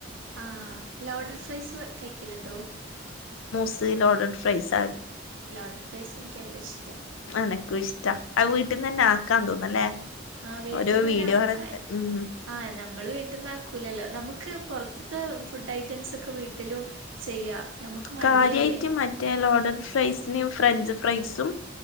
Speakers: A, on the right; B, on the left.
A: ആ ലോഡഡ് ഫ്രൈസ് കഴിക്കലുണ്ടോ
B: സ് ലോഡഡ്ഫ്രൈസ്
A: ലോഡർ ഫ്രൈസ് ക്ക് ലേഷ്
B: എനക്കും ഇഷ്ട ആ വീട്ടിന്ന് തന്നെ ആക്കാൻ തോന്നല്ലേ
A: ആഹ് വീട്ടിൽന്ന്
B: ഓരോ
A: തന്നെ
B: വീടോ
A: ആക്കാ
B: ആണ എ ഉം
A: ആഹ് നമ്മള് വീട്ടന്ന ആാക്കൂലല്ലോ നമുക്ക് പൊറത്തത്തെ ഫുഡ് ഐറ്റംസ് ഒക്കെ വീട്ടിലും ചെയ്യാ നമുക്ക് മടിയല്ലേ
B: കാര്യായിട്ട് മറ്റെ ലോഡർ ഫ്രൈസിന് ഫ്രഞ്ച് ഫ്രൈസും